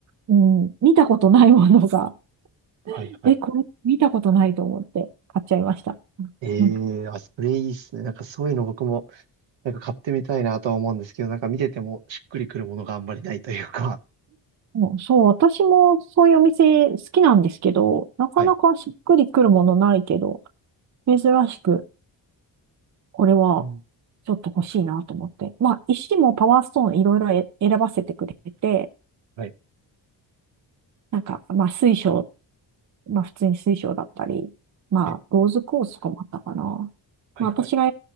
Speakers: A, on the right; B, on the right.
A: うん、見たことないものが、<laughs>
B: はいはい。
A: え、これ見たことないと思って買っちゃいました。
B: ええあ、
A: うん、
B: それいいっすね。なんかそういうの僕も、なんか買ってみたいなとは思うんですけど、なんか見ててもしっくりくるものがあんまりないというか。
A: うんそう、私もそういうお店好きなんですけど、なかなかしっくりくるものないけど、
B: はい。
A: 珍しく。これは、
B: うん。
A: ちょっと欲しいなと思って。まあ、石もパワーストーンいろいろえ選ばせてくれて、
B: はい。
A: なんか、まあ、水晶、まあ、普通に水晶だったり、まあ、
B: はい。
A: ローズコースとかもあったかな。
B: はい。
A: まあ、
B: はい。
A: 私が